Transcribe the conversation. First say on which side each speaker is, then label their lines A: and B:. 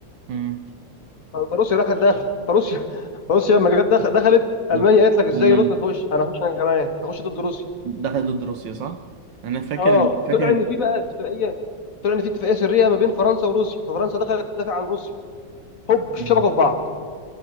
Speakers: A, on the right; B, on the left.
A: أمم.
B: فروسيا راحت داخل فروسيا <laughs> فروسيا لما جت دخ- دخلت
A: ده
B: المانيا قالت لك ازاي
A: ألمانيا
B: روسيا تخش انا هخش انا كمان هخش ضد روسيا
A: دخلت ضد روسيا صح؟ أنا فاكر
B: اه
A: إن فاكر
B: طلع
A: إن
B: ان في بقى اتفاقيه طلع ان في اتفاقيه سريه ما بين فرنسا وروسيا ففرنسا دخلت تدافع عن روسيا هوب شبكوا
A: أمم.
B: في بعض